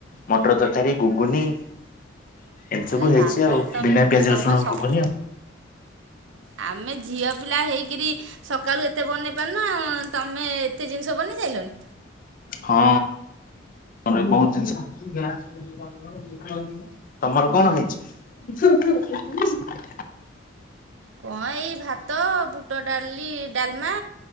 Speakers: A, on the left; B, on the right.
A: ମଟର ତରକାରୀ ଘୁଗୁନି। ଏମିତି
B: ଆରେ
A: ସବୁ ହେଇଛି
B: ବାବା
A: ଆଉ
B: ତମ
A: ବିନା ପିଆଜ
B: ତମେ
A: ରସୁଣ ର
B: ସ
A: ଘୁଗୁନି ଆଉ।
B: ଆମେ ଝିଅ ପିଲା ହେଇକି ସକାଳୁ ଏତେ ବନେଇ ପାରନ ତମେ ଏତେ ଜିନିଷ ବନେଇ ସାଇଲନି।
A: ହଁ ଘରେ ପହଞ୍ଚିଚି। ତମର
B: ହୁଁ
A: କଣ ହେଇଛି। <inaudible>
B: କଣ ଏଇ ଭାତ ବୁଟ ଡାଲି। ଡାଲମା